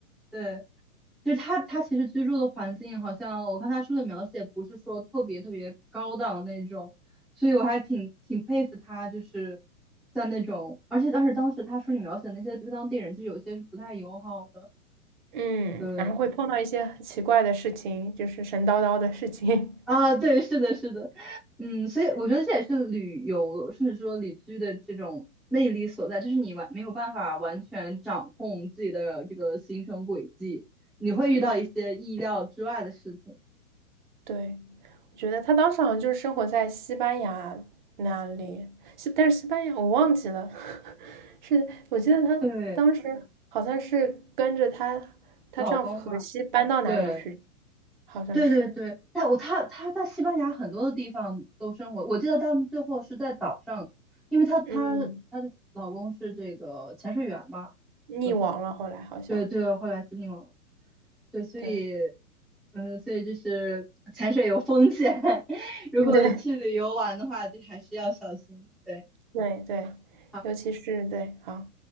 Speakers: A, in the centre; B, on the right (about 35°).
A: 对，就是他他其实居住的环境，好像我看他书的描写不是说特别特别高档那种，所以我还挺挺佩服他，就是像那种，而且当时当时他书里描写的那些当地人，就有些是不太友好的，
B: 嗯，
A: 对，
B: 然后会碰到一些很奇怪的事情，就是神叨叨的事情。
A: 啊，对，是的，是的，嗯，所以我觉得这也是旅游，甚至说旅居的这种魅力所在，就是你完没有办法完全掌控自己的这个行程轨迹，你会遇到一些意料之外的事情。
B: 嗯，对，我觉得她当时好像就是生活在西班牙那里，西，但是西班牙我忘记了，<laughs> 是我记得她当时好像是跟着她
A: 对，
B: 她丈夫荷西搬到哪里去，
A: 老公嘛，对，
B: 好像是，
A: 对对对，但我他他在西班牙很多的地方都生活，我记得他们最后是在岛上，因为他他他的老公是这个潜水员嘛，
B: 嗯，溺亡了，
A: 我记得，
B: 后来好像，
A: 对对，后来是那种，对，所以，
B: 对，
A: 嗯，所以就是潜水有风险，<laughs> 如果去旅游玩的话，
B: 嗯，对，
A: 就还是要小心，对，
B: 对对，
A: 好，
B: 尤其是对，好，